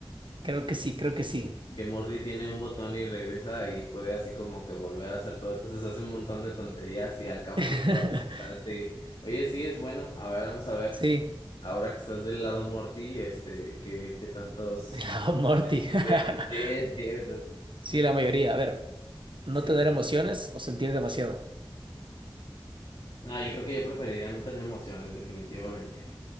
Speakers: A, on the right; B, on the left.
A: creo que sí, creo que sí.
B: Que Morty tiene un botón y regresa y puede así como que volver a hacer todo. Entonces hace un montón de tonterías y al cabo
A: <laughs>
B: sí lo va a regresar. Sí. Oye, sí, es bueno. A ver, vamos a ver.
A: Sí,
B: Ahora que estás del lado Morty, este, ¿qué, qué tantos...
A: de la Morty. <laughs>
B: Sí, sí, es-
A: Sí, la mayoría. A ver, no
B: sí.
A: tener emociones o sentir demasiado.
B: No, yo creo que yo preferiría no tener emociones, definitivamente.